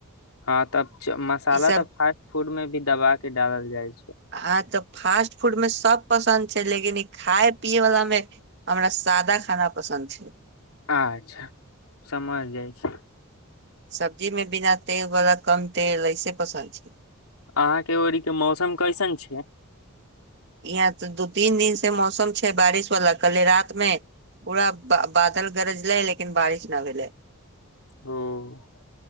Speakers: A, on the left (about 80°); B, on the right (about 50°).
A: हँ तब मसाला
B: ई सब
A: तऽ फास्ट फूड में भी दबा के डालल जाय छै
B: हा तऽ फास्ट फूड में सब पसन्द छै लेकिन ई खाय पिये वलाा मे हमरा सादा खाना पसन्द छै
A: अच्छा समझ जाइ छी
B: सब्जी मे बिना तेल बला कम तेल ऐसे पसन्द छै
A: अहाँके ओड़ीक के मौसम कैसन छै
B: यहाँ तऽ दू तीन दिन से मौसम छै बारिश वाला कले रात मे पूरा बादल गरजले लेकिन बारिश ना भेले
A: ओ